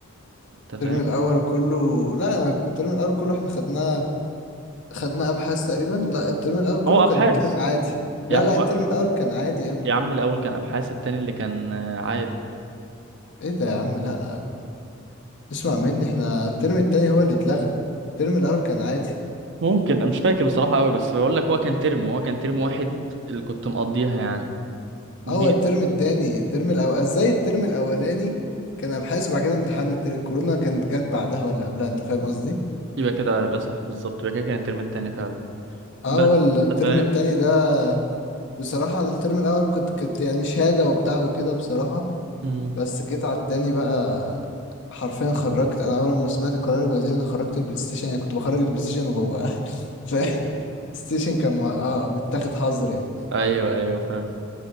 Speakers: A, on the right; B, on the left.
A: انت فاهم
B: الترم الاول كله لا انا الترم الاول كله احنا خدناه خدناه ابحاث تقريبا لا الترم الاول كله
A: ما هو
B: كان
A: ابحاث
B: ترم عادي لا
A: يا عم
B: لا
A: هو...
B: الترم الاول كان عادي يا ابني
A: يا عم الاول كان ابحاث التاني اللي كان آه، عادي
B: ايه ده يا عم لا اسمع مني احنا الترم التاني هو اللي اتلغى الترم الاول كان عادي
A: ممكن أنا مش فاكر بصراحه قوي بس بقول لك هو كان ترم هو كان ترم واحد اللي كنت مقضيها يعني جيت
B: آه، هو الترم التاني الترم الأول ازاي الترم الأولاني كان أبحاث بعد كده امتحان التر- الكورونا كانت جت بعدها ولا قبلها أنت فاهم قصدي؟
A: يبقى كده يبقى صح بالظبط يبقى كده كان الترم التاني فعلا
B: اه
A: بس
B: هو الترم
A: انت فاهم
B: التاني ده بصراحة الترم الأول كنت كنت يعني شهادة وبتاع وكده بصراحة
A: امم
B: بس جيت على التاني بقى حرفيا خرجت أنا أول ما سمعت قرار الوزير أنا خرجت البلاي ستيشن يعني كنت بخرج البلاي ستيشن وهو <laughs> ف الستيشن كان مع... اه متاخد حظر يعني
A: <laughs> ايوه ايوه فاهم